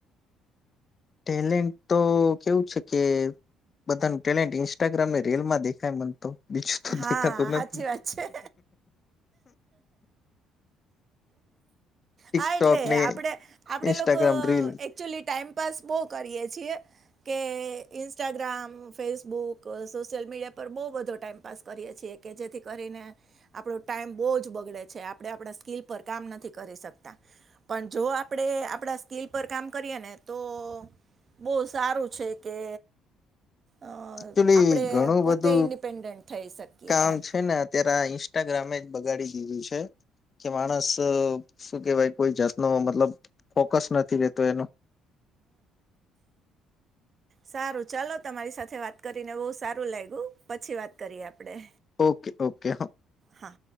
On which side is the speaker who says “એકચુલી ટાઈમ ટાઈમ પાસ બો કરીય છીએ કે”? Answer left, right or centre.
Right